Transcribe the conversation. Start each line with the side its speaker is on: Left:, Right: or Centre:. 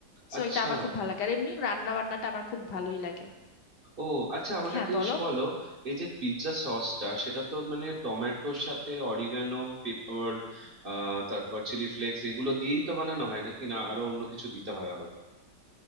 Left: সো
Right: আচ্ছা
Left: এটা আমার খুব ভালো লাগে আর এমনি রান্না বান্নাটা আমার খুব ভালোই লাগে
Right: ও আচ্ছা আমাকে
Left: হ্যাঁ
Right: একটা
Left: বলো
Right: জিনিস বলো এই যে পিৎজা সসটা সেটা তো মানে টমেটোর সাথে অরিগানো পেপার আহ তারপর চিলি ফ্লেক্স এগুলো দিয়েই তো বানানো হয় নাকি না আরো অন্য কিছু দিতে হয় আরো